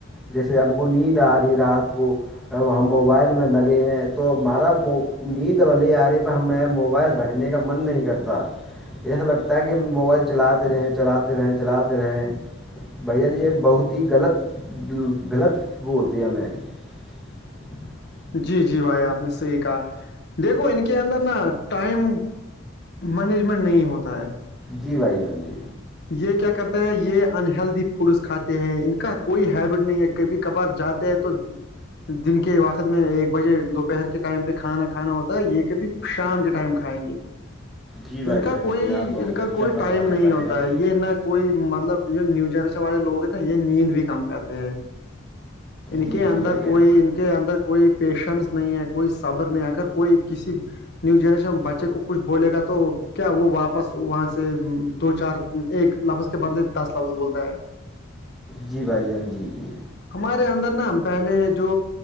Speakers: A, in the centre; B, on the left.
A: جیسے ہم کو نیند آ رہی ہے رات کو اب ہم موبائل میں لگے ہیں تو ہمارا نیند واللی آ رہی پ ہم نے موبائل رکھ کا من نہیں کرتا ایسا لگتا کہ کہ ہم موبائل چلاتے رہے چلاتے رہے چلاتے رہے بھ جان یہ بہت ہی غلط غلط وہ دیم ہے <inaudible>
B: جی جی بھائی آپ نے صحیح کہا دیکھو ان کے اندر نا ٹائم مینجمنٹ نہیں ہوتا ہے
A: جی بھائی جان جی
B: یہ کیا کرتے ہیں یہ انہلدی فوڈس کھاتے ہیں ان کا کوئی ہیبٹ نہیں ہے کبھی کبھار جاتے ہیں تو دن کے وقت میں ایک بجے دوپہر کے ٹائم پہ کھانا کھانا ہوتا ہے یہ کبھی شام کے ٹائم کھائیں گے
A: جی بھائی
B: ان کا
A: جان
B: کوئی
A: جی آپ بہت
B: ان کا
A: اچھا
B: کوئی
A: فرما
B: ٹائم
A: رہے
B: نہیں
A: ہیں بھائی
B: ہوتا
A: جان
B: ہے یہ ن کوئی مطلب نی ج والے لوگ ہیں تو یہ نیند بھی کام کرتے ہیں ان کے
A: جی
B: اندر
A: جی بھائی جان
B: کوئی ان کے اندر کوئی پیشنس نہیں ہے کوئی صبر نہیں اگر کوئی کسی نیو جنریشن بچے کو کچھ بولے گا تو کیا وہ واپس وہاں سے دو چار ایک لفظ کے بدلے دس لفظ بولتا ہے
A: جی بھائی جان جی جی
B: ہمارے اندر نا پہلے جو